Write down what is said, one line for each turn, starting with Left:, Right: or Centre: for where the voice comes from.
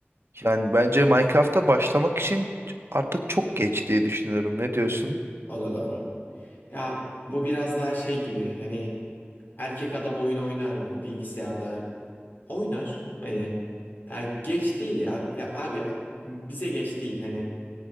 Right: Yani bence Minecraft'a başlamak için artık çok geç diye düşünüyorum. Ne diyorsun?
Left: O da doğru. Ya bu biraz daha şey gibi hani erkek adam oyun oynar mı bilgisayarda Oynar. Hani ya geç değil ya. Ya abi ya, bize geç değil. Hani